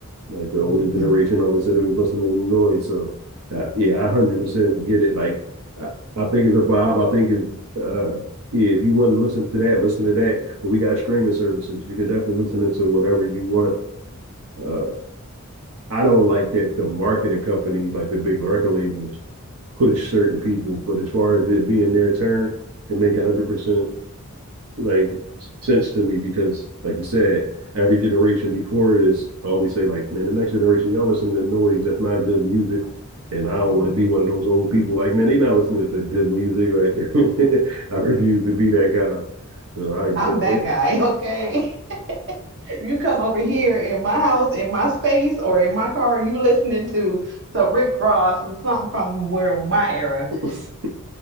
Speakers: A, on the right (about 85°); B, on the right (about 55°).
A: Like the older
B: to.
A: generation
B: <laughs>
A: always said it was listening to noise. So uh, yeah, I hundred percent get it. Like I, I think it's a vibe. I think it's uh yeah, if you want to listen to that, listen to that. But we got streaming services. You can definitely listen to whatever you want. Uh I don't like that the marketing company, like the big record labels, push certain people. But as far as it being their turn and make hundred percent like sense to me because, like you said, every generation before this always say like, man, the next generation y'all listen to the noise. That's not good music. And I don't
B: hmm
A: want to be one of those old people like, man, they not listening to good music. Like, <laughs> I refuse to be that guy. So I definitely.
B: I'm that guy, <laughs> okay? <laughs> You come over here in my house, in my space, or in my car, you listening to some Rick Ross, some something from where my era.
A: <laughs>